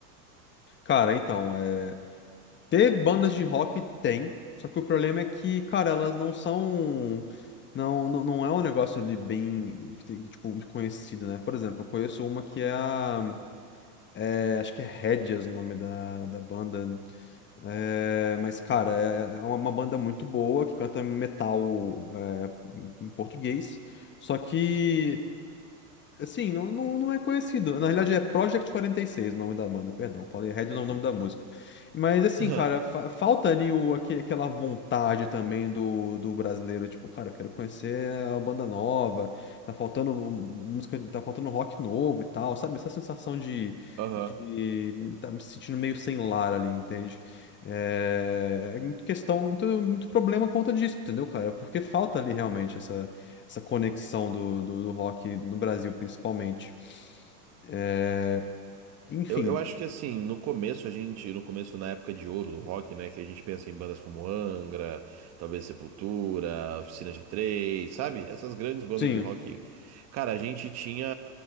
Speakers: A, on the left; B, on the right.
A: Cara, então, é... ter bandas de rock tem, só que o problema é que, cara, elas não são. Não, não, não é um negócio ali bem, que tem- tipo, muito conhecido, né? Por exemplo, eu conheço uma que é a. é, acho que é Hedges o nome da, da banda. É, mas, cara, é, é é uma uma banda muito boa que canta metal é, em português. Só que. Assim, não, não, não é conhecido. Na realidade, é Project 46 o nome da banda, perdão. Falei Red não é o nome da música. Mas assim,
B: <laughs>
A: cara, fa- falta ali o, aque- aquela vontade também do, do brasileiro. Tipo, cara, eu quero conhecer a banda nova. Tá faltando um, música, tá faltando rock novo e tal, sabe? Essa sensação de,
B: Aham.
A: de tá me sentindo meio sem lar ali, entende? É, é muito questão, muito, muito problema conta disso, entendeu, cara? Porque falta ali realmente essa conexão do, do, do rock no Brasil, principalmente. É, enfim,
B: Eu, eu acho que assim, no começo a gente, no começo na época de ouro do rock, né, que a gente pensa em bandas como Angra, talvez Sepultura, Oficina g Três sabe? Essas grandes bandas
A: sim.
B: de rock. Cara, a gente tinha